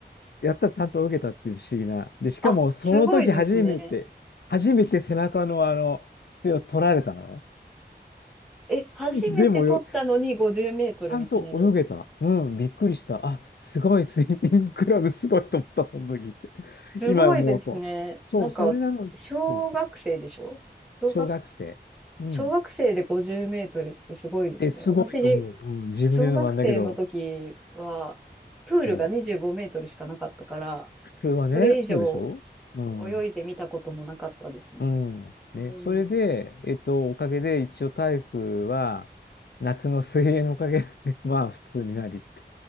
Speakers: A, on the left; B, in the centre.
A: やったらちゃんと泳げたっていう不思議な。で、しかも、
B: あ、
A: その時初めて、
B: すごいですね。
A: 初めて背中のあの、手を取られたのよ。
B: え、初めて撮ったのに50メートルいきなり。
A: でもよ、ちゃんと泳げた。うん、びっくりした。あ、すごい、スイミングクラブすごいと思った、その時。
B: すごいですね。
A: 今思うと。そう、
B: なんか、
A: それなのに、
B: 小学生でしょ小学、
A: そうそう、小学生。うん。
B: 小学生で50メートルってすごいですね。
A: で、すごいと思う。
B: 私、
A: うん、自分で言うのもなんだけど、
B: 小学生の時は、プールが25メートルしかなかったから、
A: そう。普通はね、
B: それ以上
A: そうでしょうん。
B: 泳いでみたこともなかったですね。
A: うん。
B: うん。
A: ね。それで、えっと、おかげで一応体育は、夏の水泳のおかげで <laughs> まあ普通になりって。